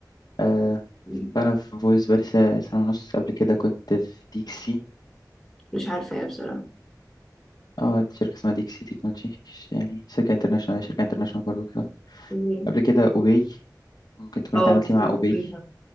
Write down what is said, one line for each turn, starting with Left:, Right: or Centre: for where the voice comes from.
Left: آه
Centre: مم،
Left: فانا في فويس بقالي س- سنه ونص قبل كده كنت في ديكسي
Centre: مش عارفة ايه بصراحة
Left: اه دي شركه اسمها ديكسي تكنولوجي يعني شركه انترناشونال شركه انترناشونال برضو كده
Centre: مم.
Left: قبل كده اوبي ممكن تكوني
Centre: اه
Left: اتعاملتي
Centre: سمعت
Left: مع اوبي
Centre: عنها